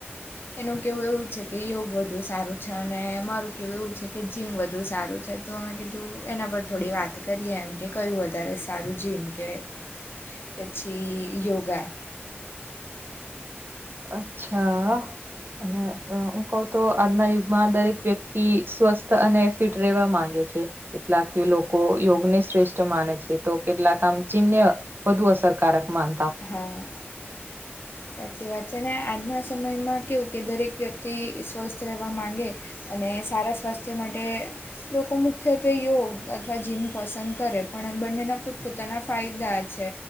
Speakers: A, on the left (about 55°); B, on the right (about 55°).
A: એનું કહેવું એવું જ છે કે યોગ વધુ સારું છે, અને અમારું કહેવું એવું છે કે જીમ વધુ સારું છે, તો મે કીધું એના પર થોડી વાત ત કરીએ એમ કે કયું વધારે સારું, જેમ કે પછી યોગા
B: અચ્છા. અને અહ હું કઉ તો આજના યુગમાં દરેક વ્યક્તિ સ્વસ્થ અને ફિટ રહેવા માંગે છે. કેટલાક લોકો યોગને શ્રેષ્ઠ માને છે, તો કેટલાક આમ જીમને અહ વધુ અસરકારક માન
A: હા. સાચી વાત છે, ને આજના સમયમાં કેવું કે દરેક વ્યક્તિ સ્વસ્થ રહેવા માંગે અને સારા સ્વાસ્થ્ય માટે લોકો મુખ્યત્વે યોગ અથવા જીમ પસંદ કરે, પણ બંનેના પોતપોતાના ફાયદા છે.